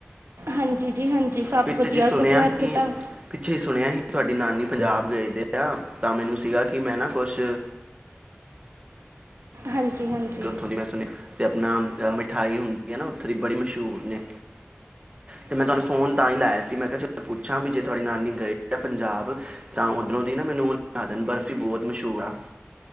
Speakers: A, on the right; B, on the right.
A: ਹਾਂਜੀ ਜੀ ਹਾਂਜੀ ਸਭ
B: ਪਿਤ
A: ਵਧੀਆ
B: ਜੀ ਸੁਣਿਆ
A: ਸਗੋਂ ਇੱਥੇ
B: ਹੀ
A: ਤਾਂ
B: ਪਿੱਛੇ ਹੀ ਸੁਣਿਆ ਸੀ ਤੁਹਾਡੀ ਨਾਨੀ ਪੰਜਾਬ ਗਏ ਦੇ ਤਾਂ ਮੈਨੂੰ ਸੀਗਾ ਕਿ ਮੈਂ ਨਾ ਕੁਛ
A: ਹਾਂਜੀ ਹਾਂਜੀ
B: ਉੱਥੋਂ ਦੀ ਮੈਂ ਸੁਣਿਆ ਤੇ ਆਪਣਾ ਮਿਠਾਈ ਹੁੰਦੀ <unintelligible> ਓਥੋਂ ਦੀ ਬੜੀ ਮਸੂ਼ਰ ਨੇ, ਤੇ ਮੈਂ ਤੁਆਨੂੰ ਫ਼ੋਨ ਤਾਂ ਈ ਲਾਏਆ ਸੀ ਮੈਂ ਕੇਆ ਚ ਪੁੱਛਾਂ, ਵੀ ਜੇ ਤੁਆਡੀ ਨਾਨੀ ਗਏ ਦੇ ਆ ਪੰਜਾਬ, ਤਾਂ ਓਦਰੋਂ ਦੀ ਨਾ ਮੈਨੂੰ ਓ ਲੇਆ ਬਰਫ਼ੀ ਬਹੋਤ ਮਸੂ਼ਰ ਆ।